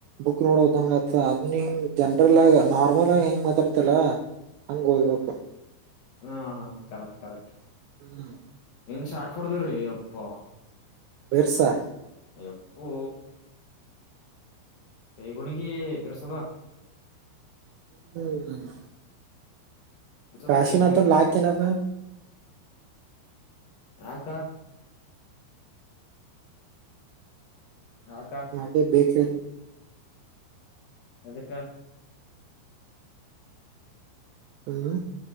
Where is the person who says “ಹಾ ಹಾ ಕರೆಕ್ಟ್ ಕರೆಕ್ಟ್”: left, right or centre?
Left